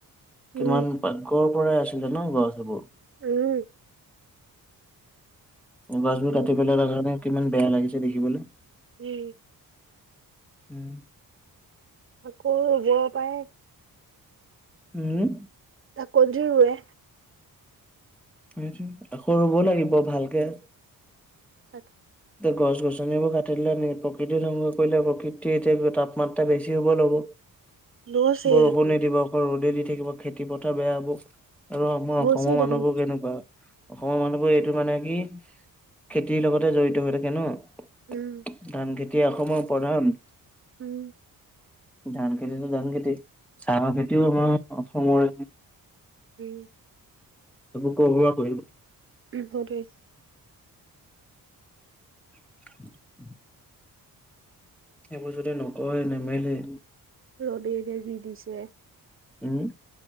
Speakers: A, on the right; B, in the centre.
A: উম
B: কিমান পাকঘৰ পৰাই আছিলে ন' গছবোৰ?
A: উম।
B: গছবোৰ
A: উম
B: কাটি পেলোৱাৰ লগে লগে কিমান বেয়া লাগিছে দেখিবলৈ।
A: উম।
B: উম।
A: আকৌ ৰুব পাই।
B: হুম?
A: আকৌ যদি ৰুৱে।
B: সেইটোয়ে, আকৌ ৰুব লাগিব ভালকে।
A: তাক
B: তে গছ গছ গছনিবোৰ কাটি দিলে, প্ৰকৃতি ধংস কৰিলে, প্ৰকৃতিয়ে এতিয়া তাপাত্ৰা বেছি হ'ব ল'ব।
A: লৈছে
B: বৰষুনে
A: দেখোন
B: নিদিব, অকল ৰ'দে দি থাকিব। খেতি পথাৰ বেয়া হ'ব। আৰু আমাৰ
A: লৈছে
B: অসমৰ মানুহবোৰ
A: দেখোন
B: কেনেকুৱা অসমৰ মানুহবোৰ এইটো মানে কি, খেতিৰ লগতে জড়িত হৈ থাকে ন'।
A: উম।
B: ধান খেতিে অসমৰ প্ৰধান।
A: উম।
B: ধান খেতিতো ধান খেতি, চাহ খেতিও আমাৰ অসমৰ
A: উম।
B: এইবোৰ ক'ৰপৰা কৰিব?
A: উ, সেইটোৱেই।
B: <inaudible> এইবোৰ নকয় নেমেলেই।
A: ৰ'দ যে যি দিছে।
B: উম।